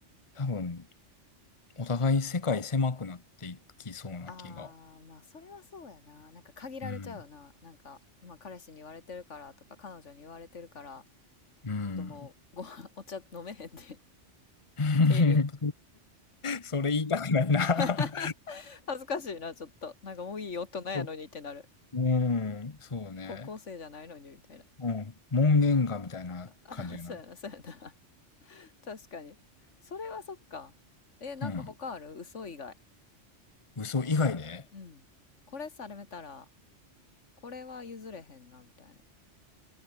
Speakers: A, on the left (about 25°); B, on the left (about 75°).
A: 多分、お互い世界狭くなっていきそうな気が。
B: ああ、まあ、それはそうやな。なんか限られちゃうよな。
A: うん。
B: なんか、まあ、彼氏に言われてるからとか、彼女に言われてるから、
A: うん。
B: ちょっともう、ご飯、お茶飲めへんで <laughs> っ
A: <laughs>
B: ていう。
A: それ、それ言いたくないな。
B: <laughs> 恥ずかしいな、ちょっと。なんかもういい大人やのにってなる。
A: <laughs> うん、そうね。
B: 高校生じゃないのにみたいな。
A: うん。門限かみたいな感じやな。
B: <laughs> そうやな、そうやな。<laughs> 確かに。それはそっか。え、なんか他ある嘘以外。
A: うん。嘘以外で
B: うん。これされたら、これは譲れへんな、みたいな。